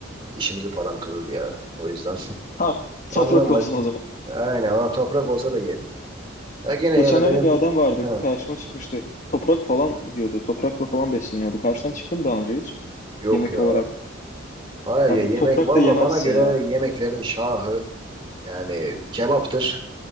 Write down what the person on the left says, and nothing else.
Ha, toprak
olsun o zaman.
Geçenlerde
bir adam vardı
karşıma çıkmıştı. Toprak falan yiyordu. Toprakla falan besleniyordu. Karşıdan çıktım daha önce hiç.
Yemek
olarak.
Abi
toprak
da yemezsin
ya.